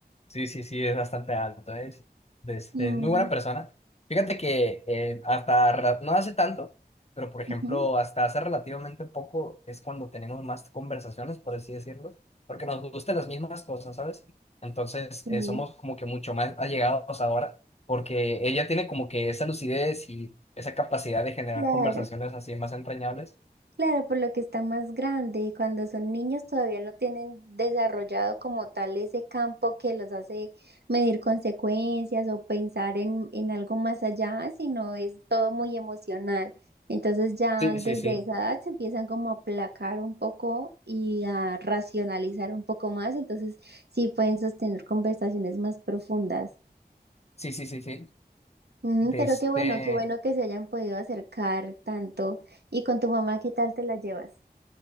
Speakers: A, on the left (about 40°); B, on the right (about 80°).
A: Sí, sí, sí, es bastante alto, ¿eh? Es, este,
B: Mm,
A: es muy buena persona. Fíjate que eh, hasta rela- no hace tanto, pero por ejemplo,
B: ujú.
A: hasta hace relativamente poco es cuando tenemos más conversaciones, por así decirlo, porque nos gustan las mismas cosas, ¿sabes? Entonces,
B: Sí,
A: eh, somos como que mucho más allegados ahora, porque ella tiene como que esa lucidez y esa capacidad de generar
B: claro.
A: conversaciones así más entrañables.
B: Claro, por lo que está más grande cuando son niños todavía no tienen desarrollado como tal ese campo que los hace medir consecuencias o pensar en, en algo más allá, sino es todo muy emocional. Entonces ya
A: Sí,
B: desde
A: sí, sí.
B: esa edad se empiezan como a aplacar un poco y a racionalizar un poco más, entonces sí pueden sostener conversaciones más profundas.
A: Sí, sí, sí, sí.
B: Mm,
A: Desde
B: pero qué bueno, qué bueno que se hayan podido acercar tanto. ¿Y con tu mamá qué tal te la llevas?